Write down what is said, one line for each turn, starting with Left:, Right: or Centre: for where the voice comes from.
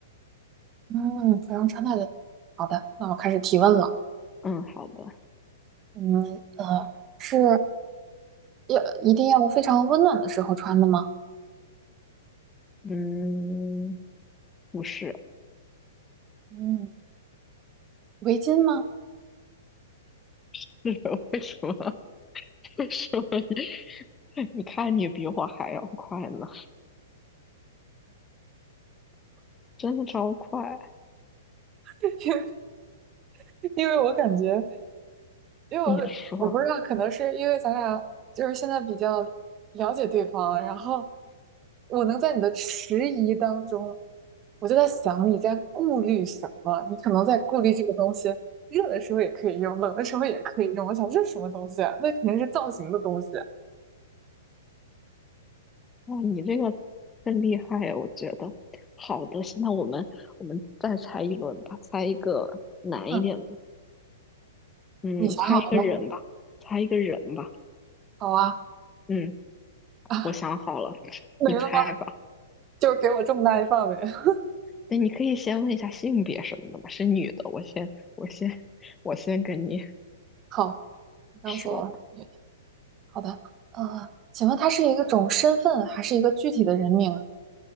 Right: 嗯，服装穿戴的，好的，那我开始提问了。
Left: 嗯，好的，
Right: 嗯呃，是要一定要非常温暖的时候穿的吗？
Left: 嗯，不是。
Right: 嗯，围巾吗？
Left: <laughs> 是为什么？<laughs> 为什么你？<laughs> 你看你比我还要快呢，真的超快！
Right: <laughs> 因为我感觉，因为我我不知道，
Left: 你说，
Right: 可能是因为咱俩就是现在比较了解对方，然后我能在你的迟疑当中，我就在想你在顾虑什么，你可能在顾虑这个东西，热的时候也可以用，冷的时候也可以用。我想这是什么东西啊那肯定是造型的东西。
Left: 哇，你这个更厉害啊，我觉得。好的，现在我们我们再猜一轮吧，猜一个难一点的。
Right: 嗯，
Left: 嗯，
Right: 你想好了吗？
Left: 猜一个人吧，猜一个人吧。
Right: 好啊，
Left: 嗯，
Right: 啊，
Left: 我想好了，<laughs>
Right: 没了吗？
Left: 你猜吧。
Right: 就是给我这么大一范围。<laughs>
Left: 那你可以先问一下性别什么的嘛，是女的，我先我先我先跟你
Right: 好，你告诉我。
Left: 说，
Right: 好的，呃，请问它是一个种身份还是一个具体的人名啊